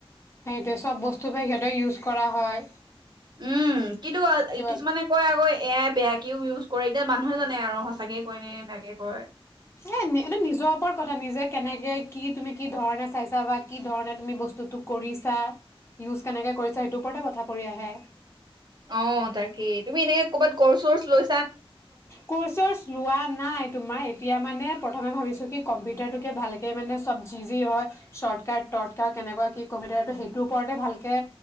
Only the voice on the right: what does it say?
উম! কিন্তু
কিছুমানে কয় আকৌ এ আই বেয়াকেও ইউজ কৰে এতিয়া মানুহে জানে আৰু সঁচাকে কয় নে বেয়াকে কয়।
অ তাকে, তুমি এনেকে কৰ'বাত কৰ্চ চৰ্চ লৈ